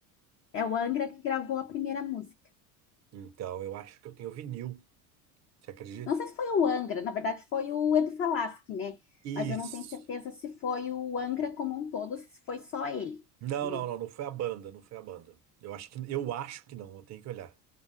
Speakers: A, on the left; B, on the right.
A: É o Angra que gravou a primeira música.
B: Então eu acho que eu tenho vinil, você acredita?
A: Não sei se foi o Angra, na verdade foi o Edu Falaschi, né?
B: Isso.
A: Mas eu não tenho certeza se foi o Angra como um todo, se foi só ele,
B: Não,
A: né?
B: não, não, não foi a banda, não foi a banda. Eu acho que, eu acho que não, eu tenho que olhar.